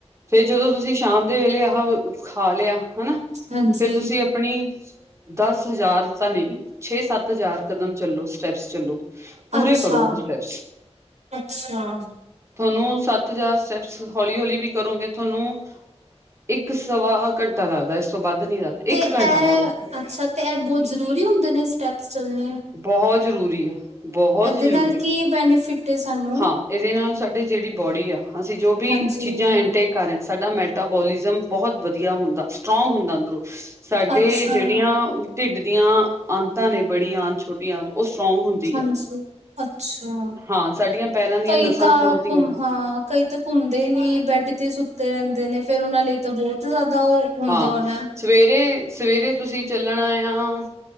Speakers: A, on the right; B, on the right.
A: ਫੇਰ ਜਦੋਂ ਤੁਸੀਂ ਸ਼ਾਮ- ਉਠਦੇ ਵੇਲੇ ਆਹ ਖਾ ਲਿਆ ਹੈਨਾ
B: ਹਾਂਜੀ
A: ਫੇਰ ਤੁਸੀਂ ਆਪਣੀ ਦਸ ਹਜ਼ਾਰ ਪਤਾ ਨਹੀਂ ਛੇ ਸੱਤ ਹਜ਼ਾਰ ਕਦਮ ਚੱਲੋ ਸਟੈਪਸ ਚੱਲੋ ਪੂਰੇ
B: ਅੱਛਾ
A: ਕਰੋ ਉਹ ਸਟੈਪਸ
B: ਅੱਛਾ-
A: ਤੁਹਾਨੂੰ ਸੱਤ ਹਜ਼ਾਰ ਸਟੈਪਸ ਹੌਲੀ ਹੌਲੀ ਵੀ ਕਰੋਂਗੇ ਤੁਹਾਨੂੰ ਇੱਕ ਸਵਾ ਘੰਟਾ ਲੱਗਦਾ ਇਸ ਤੋਂ ਵੱਧ ਨੀ ਲੱਗਦਾ
B: ਤੇ
A: ਇੱਕ ਘੰਟਾ
B: ਇਹ
A: ਬਹੁਤ
B: ਅੱਛਾ ਤੇ ਇਹ ਬਹੁਤ ਜ਼ਰੂਰੀ ਹੁੰਦੇ ਨੇ ਸਟੈਪਸ ਚੱਲਣੇ
A: ਬਹੁਤ ਜ਼ਰੂਰੀ ਆ, ਬਹੁਤ
B: ਇਹਦੇ
A: ਜ਼ਰੂਰੀ,
B: ਨਾਲ ਕੀ ਬੈਨੀਫਿਟ ਹੈ ਸਾਨੂੰ
A: ਹਾਂ ਇਹਦੇ ਨਾਲ ਸਾਡੀ ਜਿਹੜੀ ਬੋਡੀ ਆ ਅਸੀਂ ਜੋ ਵੀ
B: ਹਾਂਜੀ
A: ਚੀਜ਼ਾਂ ਇਨਟੇਕ ਕਰ ਰਹੇ ਹਾਂ ਸਾਡਾ ਮੈਟਪ ਬੋਲਿਜ਼ਮ ਬਹੁਤ ਵਧੀਆ ਹੁੰਦਾ ਸਟਰੋਂਗ ਹੁੰਦਾ ਅੰਦਰੋਂ ਸਾਡੇ
B: ਅੱਛਾ
A: ਜਿਹੜੀਆਂ ਢਿੱਡ ਦੀਆਂ ਐਂਟੜ ਆਂਤਾ ਨੇ ਬੜੀ ਆ ਛੋਟੀ ਆਂਤ ਉਹ ਸਟਰੋਂਗ ਹੁੰਦੀ
B: ਹਾਂਜੀ
A: ਆ
B: ਅੱਛਾ
A: ਹਾਂ ਸਾਡੀਆਂ ਪੈਰਾਂ ਦੀਆਂ
B: ਕਈ
A: ਨਸਾਂ
B: ਤਾਂ
A: ਖੋਲਦੀਆਂ
B: ਘੁਮ ਹਾਂ, ਕਈ ਤਾਂ ਘੁੰਮਦੇ ਨੀ ਬੈਡ ਤੇ ਤੇ ਰਹਿੰਦੇ ਨੇ ਫੇਰ ਉਹਨਾਂ ਲਈ ਤਾਂ ਬਹੁਤ ਜ਼ਿਆਦਾ ਉਹ ਹੁੰਦਾ
A: ਹਾਂ
B: ਹੋਣਾ
A: ਸਵੇਰੇ ਸਵੇਰੇ ਤੁਸੀਂ ਚੱਲਣਾ ਆ